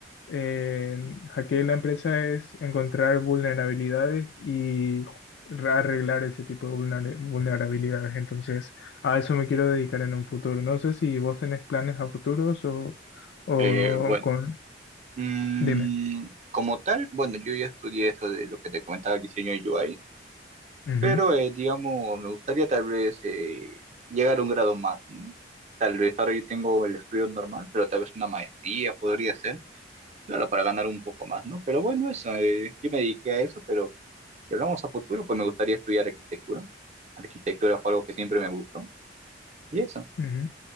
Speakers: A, on the left; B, on the right.
A: eh, hackee la empresa es encontrar vulnerabilidades y re- arreglar ese tipo de vulnera- vulnerabilidades. Entonces, a eso me quiero dedicar en un futuro. No sé si vos tenés planes a futuros o, o
B: Eh, bueno,
A: con...
B: mm,
A: Dime.
B: como tal, bueno, yo ya estudié esto de lo que te comentaba, el diseño UI.
A: Ujú,
B: Pero, eh, digamos, me gustaría tal vez eh, llegar a un grado más, ¿no? Tal vez ahora yo tengo el estudio normal, pero tal vez una maestría podría ser, claro, para ganar un poco más, ¿no? Pero bueno, eso, eh, yo me dediqué a eso, pero si hablamos a futuro, pues me gustaría estudiar arquitectura. Arquitectura fue algo que siempre me gustó, y eso.
A: ujú,